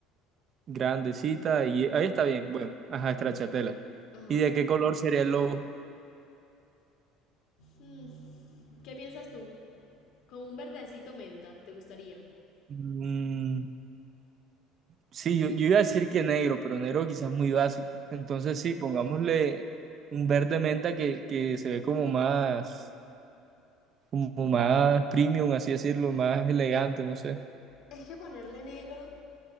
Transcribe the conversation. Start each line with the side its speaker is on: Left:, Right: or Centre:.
Right: Grandecita y ahí está bien. Bueno, ajá, estrachatela.
Left: Ajá.
Right: ¿Y de qué color sería el logo?
Left: Hmm, ¿Qué piensas tú? Como un verdecito menta, ¿te gustaría?
Right: Mm, sí, yo, yo iba a decir que negro, pero negro quizás muy básico. Entonces sí, pongámosle un verde menta que, que se ve como más, como más premium, así decirlo, más elegante, no sé.
Left: Es que ponerle negro